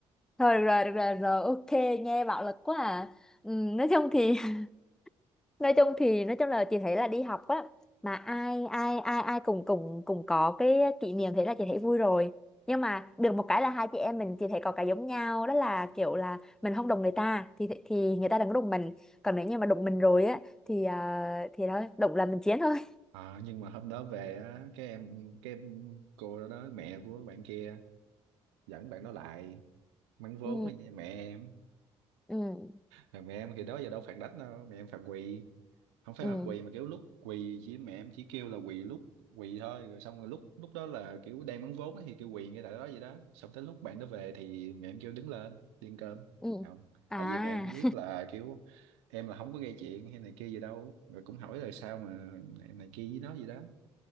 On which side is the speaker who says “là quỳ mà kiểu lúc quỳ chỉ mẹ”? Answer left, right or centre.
Right